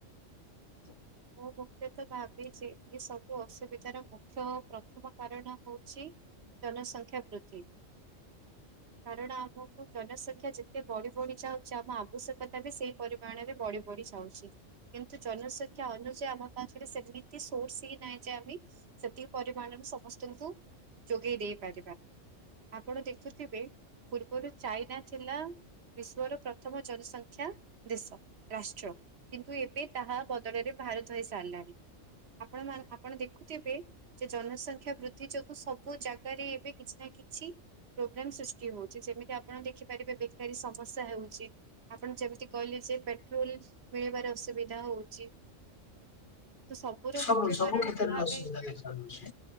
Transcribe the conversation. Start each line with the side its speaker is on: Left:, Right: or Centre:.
Left: <unintelligible>
Right: ମୁଁ ମୁଖ୍ୟତଃ ଭାବି ଏସବୁ ଅସୁବିଧାର ମୁଖ୍ୟ ପ୍ରଥମ କାରଣ ହଉଛି ଜନସଂଖ୍ୟା ବୃଦ୍ଧି କାରଣ ଆମକୁ ଜନସଂଖ୍ୟା ଯେତେ ବଢି ବଢି ଯାଉଛି ଆମ ଆବଶ୍ୟକତା ବି ସେଇ ପରିମାଣରେ ବଢି ବଢ଼ି ଯାଉଛି କିନ୍ତୁ ଜନ ଜୁ ଯେ ଆମ ପାଖରେ ସେମିତି ସୋର୍ସ ହି ନାହିଁ ଯେ ଆମେ ସେତିକି ପରିମାଣରେ ସମସ୍ତଙ୍କୁ ଯୋଗେଇ ଦେଇ ପାରିବା ଆପଣ ଦେଖୁଥିବେ ପୂର୍ବରୁ ଚାଇନା ଥିଲା ବିଶ୍ୱର ପ୍ରଥମ ଜନସଂଖ୍ୟା ଦେଶ ରାଷ୍ଟ୍ର କିନ୍ତୁ ଏବେ ତାହା ରେ ଭାରତ ହେଇସାରିଲାଣି ଆପଣ ମ ଆପଣ ଦେଖୁଥିବେ ଯେ ଜନସଂଖ୍ୟା ବୃଦ୍ଧି ଯୋଗୁଁ ସବୁ ଜାଗାରେ ଏବେ କିଛି ନା କିଛି ପ୍ରୋବ୍ଲେମ ସୃଷ୍ଟି ହଉଛି ଯେମିତି ଆପଣ ଦେଖିପାରିବେ ବେକାରୀ ସମସ୍ୟା ହେଉଛି ଆପଣ ଯେମିତି କହିଲେ ଯେ ପେଟ୍ରୋଲ ମିଳିବାର ଅସୁବିଧା ହଉଛି ତ ସବୁର
Left: ସବୁ
Right: ମୁଖ୍ୟ
Left: ସବୁ
Right: କାରଣ
Left: କ୍ଷେତ୍ରରେ
Right: ମୁଁ ଭାବେ
Left: ଅସୁବିଧା ଦେଖାଯାଉଛି।